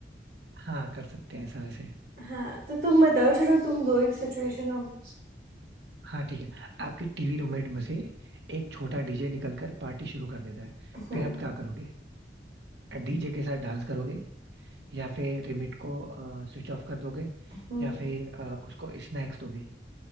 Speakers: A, on the right; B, on the right.
A: हाँ कर सकते हैं ऐसा वैसे
B: हाँ तो तुम बताओ चलो तुम दो एक सिचुएशन अब
A: हाँ ठीक है आपकी टीवी रूममेट में से एक छोटा डीजे निकलकर पार्टी शुरू कर देता है
B: हम्म
A: फिर आप क्या करोगे डीजे के साथ डांस करोगे या फिर रिमिट को स्विच ऑफ कर दोगे
B: हम्म।
A: या फिर अ, उसको स्नैक्स दोगे